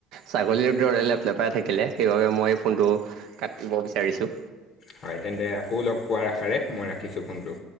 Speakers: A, on the right (about 65°); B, on the left (about 55°).
A: ছাগলীৰ দৰে ফ পৰা থাকিলে সেইবাবে মই ফোনটো কাটিব বিচাৰিছোঁ
B: হয় তেন্তে আকৌ লগ পোৱাৰ আশাৰে মই ৰাখিছোঁ ফোনটো